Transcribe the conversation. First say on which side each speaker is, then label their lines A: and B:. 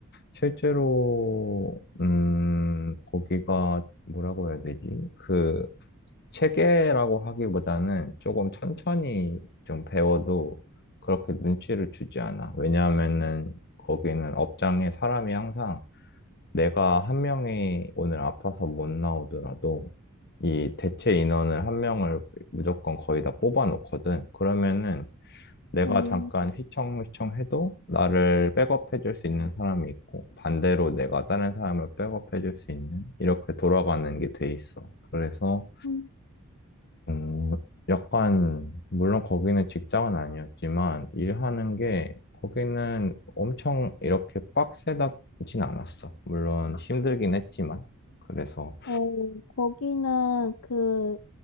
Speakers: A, on the left; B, on the left.
A: 실제로 음 거기가 뭐라고 해야 되지? 그 체계라고 하기보다는 조금 천천히 좀 배워도 그렇게 눈치를 주지 않아. 왜냐하면은 거기는 업장에 사람이 항상 내가 한 명이 오늘 아파서 못 나오더라도 이 대체 인원을 한 명을 무조건 거의 다 뽑아 놓거든. 그러면은 내가
B: 어,
A: 잠깐 휘청휘청 해도 나를 백업해 줄 수 있는 사람이 있고 반대로 내가 다른 사람을 백업해 줄 수 있는 이렇게 돌아가는 게 돼 있어. 그래서
B: 음,
A: 음, 약간, 물론 거기는 직장은 아니었지만, 일하는 게, 거기는 엄청 이렇게 빡세다진 않았어. 물론 힘들긴 했지만. 그래서,
B: 어, 거기는 그